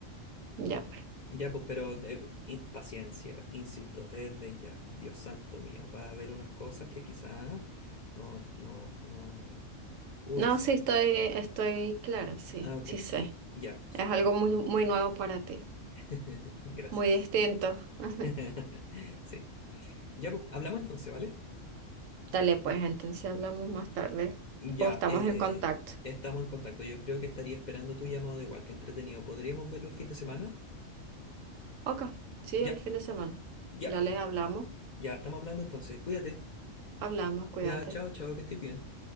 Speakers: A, on the right (about 80°); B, on the left (about 55°).
A: Ya, pues.
B: Ya, pues, pero eh, in- paciencia, insisto, desde ya, Dios santo mío, va a haber unas cosas que quizás no, no, no. Uy,
A: No,
B: s-
A: sí, estoy, estoy clara, sí,
B: ah, ok,
A: sí sé.
B: ya, súper.
A: Es algo muy, muy nuevo para ti,
B: <laughs> Gracias.
A: muy distinto. <laughs>
B: <laughs> Sí. Ya, pues, hablamos entonces, ¿vale?
A: Dale, pues, entonces hablamos más tarde
B: Ya,
A: o estamos
B: eh,
A: en contacto.
B: estamos en contacto. Yo creo que estaría esperando tu llamado igual, que entretenido. ¿Podríamos verlo el fin de semana?
A: Ok, sí,
B: Ya,
A: el fin de semana.
B: ya,
A: Dale, hablamos,
B: ya, estamos hablando entonces. Cuídate.
A: hablamos, cuídate.
B: Ya, chao, chao, que estés bien.